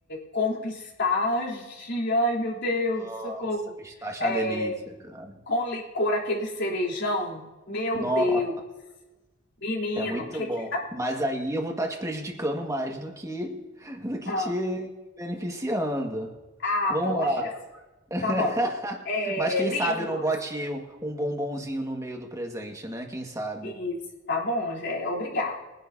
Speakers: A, on the left; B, on the right.
A: com pistache, ai meu Deus,
B: Nossa,
A: socorro.
B: pistache
A: É,
B: é uma delícia, cara.
A: com licor, aquele cerejão, meu
B: Nossa,
A: Deus, menino,
B: é muito
A: que
B: bom.
A: que.
B: Mas aí eu vou estar te prejudicando mais do que <laughs> do que
A: Ah,
B: te beneficiando.
A: ah,
B: Vamos
A: poxa,
B: lá. <laughs>
A: tá bom. É,
B: Mas quem
A: livros,
B: sabe eu não bote um um bombonzinho no meio do presente, né? Quem sabe?
A: isso, tá bom, já é obrigado.